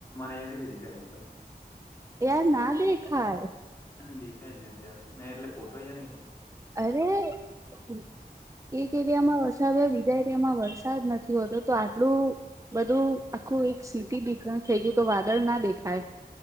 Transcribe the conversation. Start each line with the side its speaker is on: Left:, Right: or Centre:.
Left: અહિયાયા થી બી દેખાય મતલબ.
Right: યાર ના દેખાય.
Left: દેખાય જ ને યાર મેં એટલે ફોટો એ
Right: અરે એક <unintelligible> બી જા એરિયામા વરસાદ નથી હોતો તો આટલુ બધુ આખુ એક સીટી ડેફરેન્સ થઈ ગયું. તો વાદળ ના દેખાય.